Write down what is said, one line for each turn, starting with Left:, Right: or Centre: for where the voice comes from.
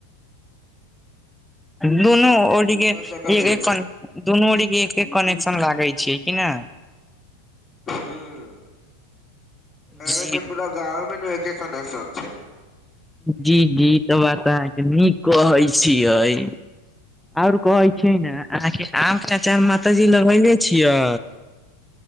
Centre: दुोनू ओरि
Left: का
Centre: के <unintelligible>
Left: कर सकै छी
Centre: दुनू ओरी के एके कनेक्शन लागे छिये कि ना।
Left: हुं कह
Centre: जी
Left: रहे थे पूरा गाँमे मे न एके कनेक्शन छैय।
Centre: जी जी ई तऽ बात अहाँके नीक कहै छियै। और कहै छैय ना अहाँके आम चचा माताजी लगेले छियै।